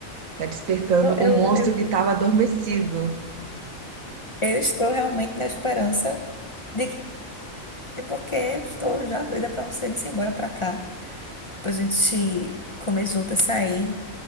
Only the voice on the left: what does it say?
Eu, eu,
eu,
eu estou realmente na esperança de que, porque eu estou já doida para você vir embora para cá, para a gente comer juntas, sair.